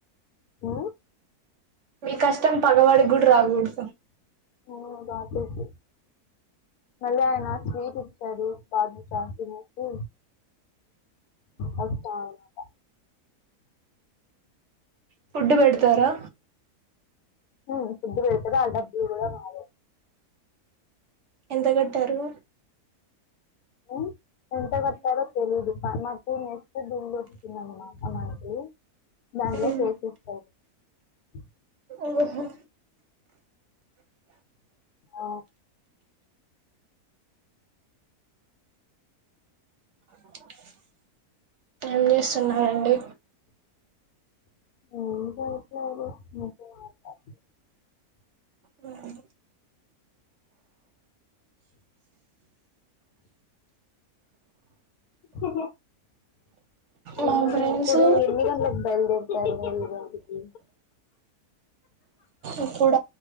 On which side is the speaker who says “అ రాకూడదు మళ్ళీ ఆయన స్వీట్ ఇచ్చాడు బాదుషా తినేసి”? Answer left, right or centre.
Left